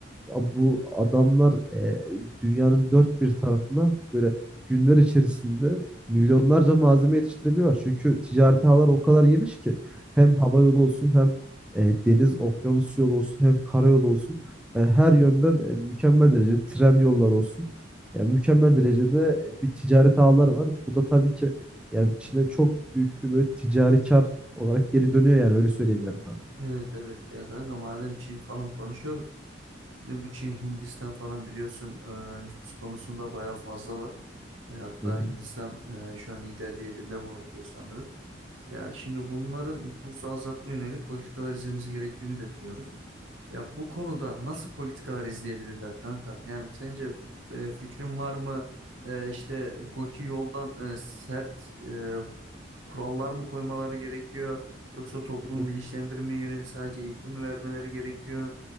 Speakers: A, in the centre; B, on the right.
A: ya bu adamlar e, dünyanın dört bir tarafına böyle günler içerisinde milyonlarca malzeme yetiştirebiliyorlar. Çünkü ticaret ağları o kadar geniş ki hem hava yolu olsun hem e, deniz okyanus yolu olsun hem karayolu olsun. Yani her yönden e, mükemmel derecede tren yolları olsun. Yani mükemmel derecede e, bir ticaret ağları var. Bu da tabii ki yani Çin'e çok büyük bir böyle ticari kar olarak geri dönüyor yani öyle söyleyeyim yani kanka.
B: Evet evet ya kanka madem Çin falan konuşuyoruz. Şimdi bu Çin Hindistan falan biliyorsun e, nüfus konusunda bayağı fazlalar. E, hatta
A: Hı hı.
B: Hindistan e, şu an liderliği elinde bulunduruyor sanırım. Ya şimdi bunların nüfusu azaltma yönelik politikalar izlemesi gerektiğini de biliyoruz. Ya bu konuda nasıl politikalar izleyebilirler kanka? Yani sence e, fikrin var mı? E, işte hukuki yoldan e, sert e, kurallar mı koymaları gerekiyor? Yoksa toplumu
A: Hı hı.
B: bilinçlendirmeye yönelik sadece eğitim mi vermeleri gerekiyor?